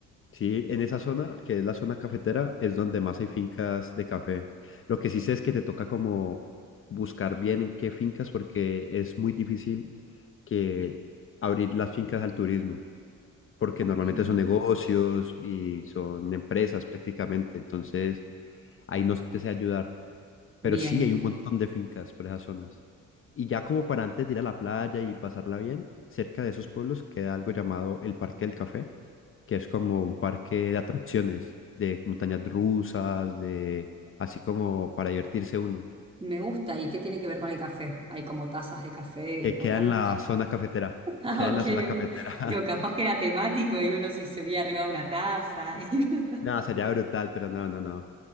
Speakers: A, on the left; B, on the right.
A: Sí, en esa zona, que es la zona cafetera, es donde más hay fincas de café. Lo que sí sé es que te toca como buscar bien en qué fincas, porque es muy difícil que abrir las fincas al turismo, porque
B: Ok.
A: normalmente son negocios y son empresas prácticamente. Entonces, ahí no te sé ayudar, pero
B: Bien,
A: sí hay un montón de fincas por esas zonas. Y ya como para antes de ir a la playa y pasarla bien, cerca de esos pueblos queda algo llamado el Parque del Café, que es como un parque de atracciones, de montañas rusas, de así como para divertirse uno,
B: me gusta. ¿Y qué tiene que ver con el café? ¿Hay como tazas de café
A: que
B: volando?
A: queda en la zona cafetera,
B: Ah,
A: queda
B: ok,
A: en la zona
B: ok.
A: cafetera.
B: Digo, capaz que era temático y uno se subía arriba de una taza. <laughs> y
A: <laughs>
B: uno estaba-
A: nada sería brutal, pero no, no, no,